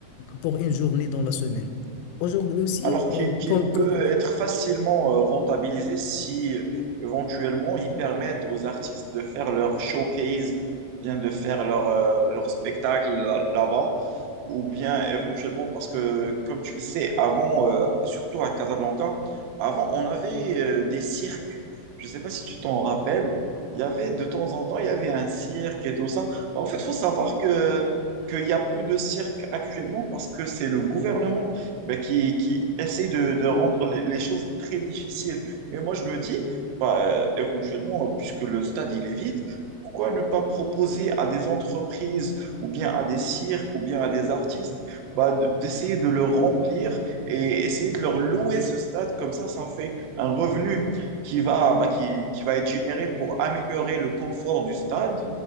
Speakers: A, on the left; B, on the right.
A: pour une journée dans la semaine. Aujourd'hui aussi,
B: Alors qu'il
A: euh,
B: qu'il
A: comme,
B: peut
A: co-
B: être facilement euh, rentabilisé si euh, éventuellement ils permettent aux artistes de faire leur showcase, bien de faire leur, euh, leur spectacle là- là-bas, ou bien éventuellement, parce que comme tu le sais, avant, euh, surtout à Casablanca, avant on avait euh, des cirques. Je ne sais pas si tu t'en rappelles, il y avait de temps en temps, il y avait un cirque et tout ça. En fait, il faut savoir que qu'il n'y a plus de cirque actuellement parce que c'est le gouvernement bah, qui, qui essaye de, de rendre les, les choses très difficiles. Et moi, je me dis, bah, euh, éventuellement, puisque le stade, il est vide, pourquoi ne pas proposer à des entreprises ou bien à des cirques ou bien à des artistes bah, d- d'essayer de le remplir et essayer de leur louer ce stade? Comme ça, ça fait un revenu qui va, bah, qui, qui va être généré pour améliorer le confort du stade.